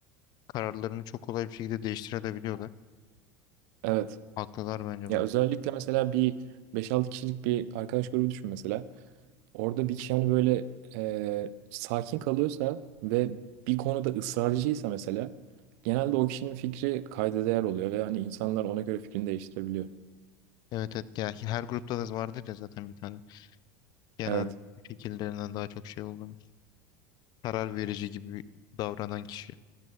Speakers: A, on the left; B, on the right.
A: kararlarını çok kolay bir şekilde değiştirebiliyorlar.
B: Evet.
A: Haklılar bence
B: Ya özellikle mesela bir beş altı kişilik bir arkadaş grubu düşün mesela. Orada bir kişi hani böyle e, sakin kalıyorsa ve bir konuda ısrarcıysa mesela genelde o kişinin fikri kayda değer oluyor ve hani insanlar ona göre fikrini değiştirebiliyor.
A: Evet evet ya her grupta da vardır ya zaten bir tane genel
B: Evet.
A: fikirlerine daha çok şey olduğumuz karar verici gibi davranan kişi.